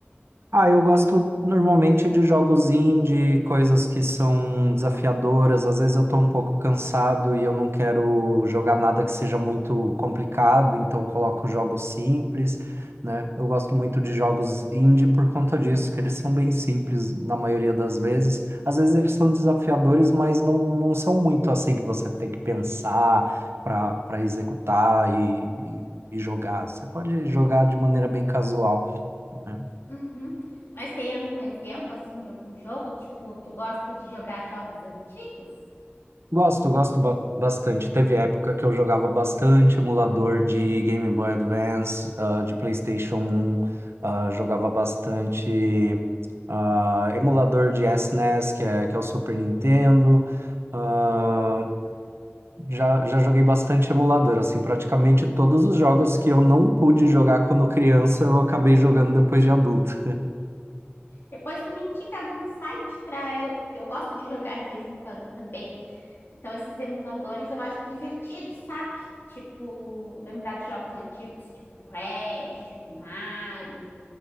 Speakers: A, on the right; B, on the left.
A: Ah, eu gosto normalmente de jogos indie, coisas que são desafiadoras. Às vezes eu tô um pouco cansado e eu não quero jogar nada que seja muito complicado, então coloco jogos simples, né? Eu gosto muito de jogos indie por conta disso, que eles são bem simples na maioria das vezes. Às vezes eles são desafiadores, mas não, não são muito assim que você tem que pensar para para executar e, e, e jogar. Você pode jogar de maneira bem casual. né?
B: Uhum. Mas tem algum exemplo assim de algum jogo? Tipo, tu gosta de jogar jogos antigos?
A: Gosto, gosto ba- bastante. Teve época que eu jogava bastante emulador de Game Boy Advance, ah, de PlayStation 1, ah, jogava bastante ah, emulador de SNES, que é, que é o Super Nintendo. Ah, já, já joguei bastante emulador, assim, praticamente todos os jogos que eu não pude jogar quando criança, eu acabei jogando depois de adulto.
B: Depois tu me indica algum site para eu, eu gosto de jogar de vez em quando também. Então esses emuladores eu acho divertido, sabe? Tipo, lembrar de jogos antigos, tipo Crash, Mario,